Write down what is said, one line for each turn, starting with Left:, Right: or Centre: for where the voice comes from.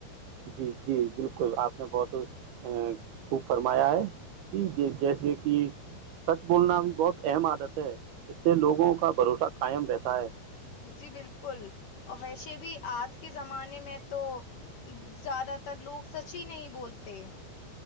Right: جی جی بالکل آپ نے بہت ا خوب فرمایا ہے کہ جیسے کہ سچ بولنا بھی بہت اہم عادت ہے اس سے لوگوں کا بھروسہ قائم رہتا ہے
Left: جی بالکل اور ویسے بھی آج کے زمانے میں تو زیادہ تر لوگ سچ ہی نہیں بولتے